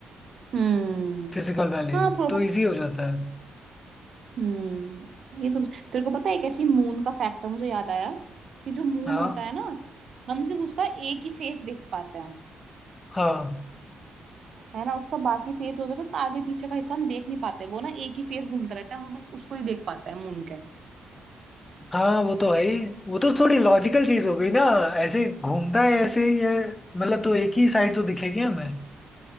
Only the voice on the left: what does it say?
फिजिकल वाले
ही।
तो
इजी हो जाता है
हाँ
हाँ
हाँ वो तो है ही वो तो थोड़ी लॉजिकल चीज हो गई ना ऐसे ही घूमता है ऐसे ही है मतलब तो एक ही साइड तो दिखेगी हमें